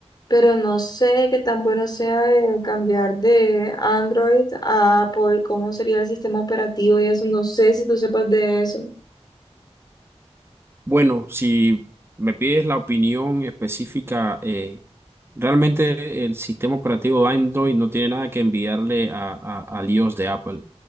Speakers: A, on the left; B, on the right.
A: pero no sé qué tan bueno sea el cambiar de Android a Apple, cómo sería el sistema operativo y eso, no sé si tú sepas de eso.
B: Bueno, si me pides la opinión específica, eh, realmente el sistema operativo de Android no tiene nada que enviarle a, a, al iOS de Apple.